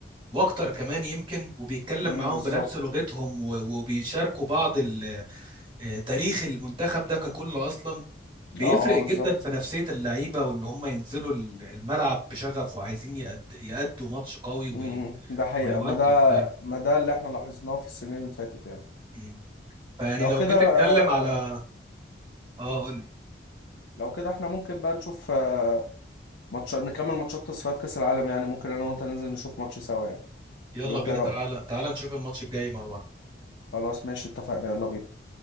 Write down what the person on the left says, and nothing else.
امم
بالظبط
اه اه بالظبط
امم ده حقيقة
ما ده
ما ده اللي احنا لاحظناه في السنين اللي فاتت يعني
لو
كده
آه،
لو كده احنا ممكن بقى نشوف آه، ماتش نكمل ماتشات تصفيات كأس العالم يعني ممكن انا وانت ننزل نشوف ماتش سوا يعني
ولا انت
ايه رأيك
خلاص ماشي اتفقنا يلا بينا